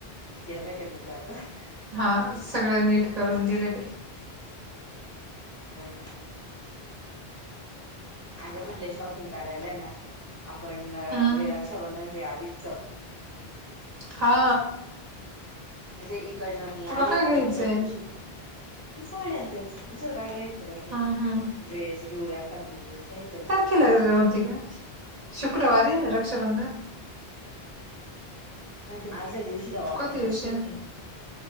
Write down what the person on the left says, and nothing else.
केलं काय नीट आता ह्..
हो.. ना अगं म्हणल्या शिवाय शॉपिंग करायला ना, आप.. ण.. म्हणजे
रक्षाबंधनाच्या आदी जाऊ.
म्हणजे इकडं मी
आले
का
मग त्या दिवशी साड्या न त्याच दुसरं काय घ्यायचं राहते,
ड्रेस घेऊ एखादा ड्रेस घ्यायचा ग
माजल्या दिवशी जाऊ आपण
असं म्हणते.